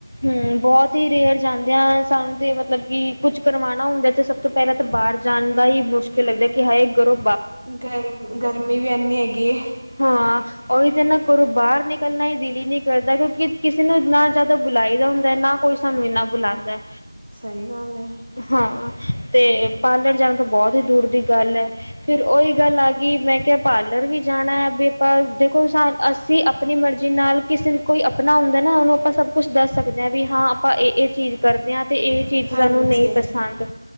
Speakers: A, on the left (about 30°); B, on the right (about 50°).
A: ਹਮ ਬਹੁਤ ਤੇ ਰੇਅਰ ਜਾਂਦਿਆਂ ਸਾਨੂੰ ਤੇ ਮਤਲਬ ਕਿ ਕੁਝ ਕਰਵਾਉਣਾ ਹੁੰਦਾ ਤੇ ਸਭ ਤੋਂ ਪਹਿਲਾਂ ਤਾਂ ਬਾਹਰ ਜਾਣ ਦਾ ਹੀ ਮੁਸ਼ਕਿਲ ਲੱਗਦਾ ਕਿ ਹਾਏ ਗਰੋਂ
B: ਗਰਮ ਗਰਮੀ ਵੀ ਇੰਨੀ ਹੈਗੀ
A: ਹਾਂ ਉਹ ਤਾਂ ਨਾਂ ਘਰੋਂ ਬਾਹਰ ਨਿਕਲਣਾ ਹੀ ਦਲੀ ਹੀ ਨਹੀਂ ਕਰਦਾ ਕਿਉਂਕਿ ਕਿਸੇ ਨੂੰ ਨਾ ਜ਼ਿਆਦਾ ਬੁਲਾਈ ਦਾ ਹੁੰਦਾ ਨਾ ਕੋਈ ਸਾਨੂੰ ਇੰਨਾ ਬੁਲਾਉਂਦਾ
B: ਸਹੀ ਗੱਲ ਹੈ
A: ਹਾਂ ਤੇ ਪਾਰਲਰ ਜਾਣਾ ਤਾਂ ਬਹੁਤ ਹੀ ਦੂਰ ਦੀ ਗੱਲ ਹੈ ਫਿਰ ਉਹੀ ਗੱਲ ਆ ਗਈ ਮੈਂ ਕਿਹਾ ਪਾਰਲਰ ਵੀ ਜਾਣਾ ਹੈ ਵੀ ਆਪਾਂ ਦੇਖੋ ਸ ਅਸੀਂ ਆਪਣੀ ਮਰਜ਼ੀ ਨਾਲ ਕਿਸੇ ਨੂੰ ਕੋਈ ਆਪਣਾ ਹੁੰਦਾ ਨਾ ਉਹਨੂੰ ਆਪਾਂ ਸਭ ਕੁਛ ਦੱਸ ਸਕਦੇ ਹਾਂ ਵੀ ਹਾਂ ਆਪਾਂ ਇਹ ਇਹ ਚੀਜ਼ ਕਰਦੇ ਹਾਂ ਤੇ ਇਹ ਚੀਜ਼
B: ਹਾਂਜੀ।
A: ਸਾਨੂੰ ਨਹੀਂ ਪਸੰਦ